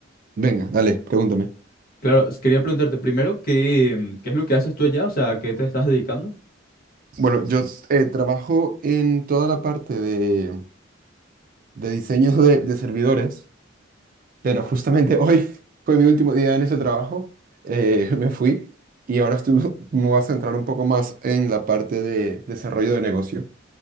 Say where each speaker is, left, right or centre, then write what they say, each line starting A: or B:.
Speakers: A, on the right; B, on the left.
A: Venga, dale, pregúntame.
B: Claro, s- quería preguntarte primero, ¿qué, mm, qué es lo que haces tú allá? O sea, ¿a qué te estás dedicando?
A: Bueno, yo eh, trabajo en toda la parte de, de diseños de, de servidores, pero justamente hoy <laughs> fue mi último día en ese trabajo, eh, <laughs> me fui y ahora estoy- <laughs> me voy a centrar un poco más en la parte de desarrollo de negocio.